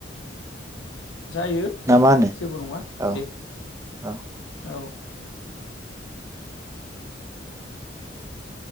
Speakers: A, on the left; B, on the right.
A: जायो
B: ना मा होनो
A: जेबो नङा
B: औ
A: दे
B: औ
A: औ <inaudible>